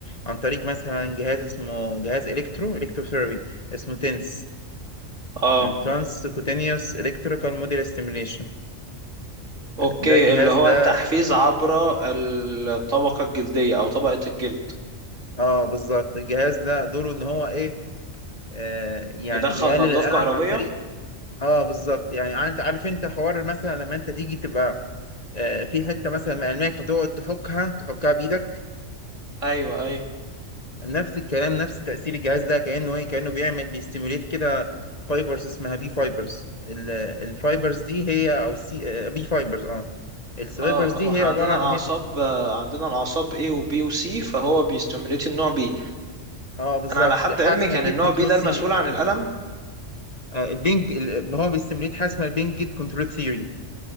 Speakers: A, on the left; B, on the right.
A: عن طريق مثلا جهاز اسمه جهاز إلكترو إلكتروثيرابي اسمه تنس
B: اه
A: ترانس كوتينيوس إلكتريكال موديل ستيميليشن
B: اوكي
A: ده الجهاز
B: اللي هو
A: ده
B: تحفيز عبر الطبقة الجلدية او طبقة الجلد
A: آه بالظبط الجهاز ده دوره إن هو إيه آه، يعني
B: يدخل
A: يقلل
B: نبضات
A: الألم
B: كهربية
A: عن طريق اه بالظبط يعني انت عارف انت حوار مثلا لما انت تيجي تبقى آه، في حته مثلا مقلماك فتقعد تحكها تحكها بايدك
B: ايوه ايوه
A: نفس الكلام نفس تاثير الجهاز ده كانه ايه كانه بيعمل بيستيموليت كده فايبرز اسمها بي فايبرز الفايبرز دي هي او سي بي فايبرز اه الفايبرز
B: اه
A: دي
B: هو احنا
A: هي عباره
B: عندنا
A: عن
B: الاعصاب
A: ان هي بت...
B: آه، عندنا الاعصاب A و B و C فهو بيستيموليت النوع B
A: اه بالظبط
B: انا على حد
A: حاجه
B: علمي
A: اسمها
B: كان
A: جيت
B: النوع
A: كنترول
B: B ده
A: سي
B: المسؤول عن الألم
A: البينج ال- هو بيستيموليت حاجه اسمها البينج جيت كنترول ثيوري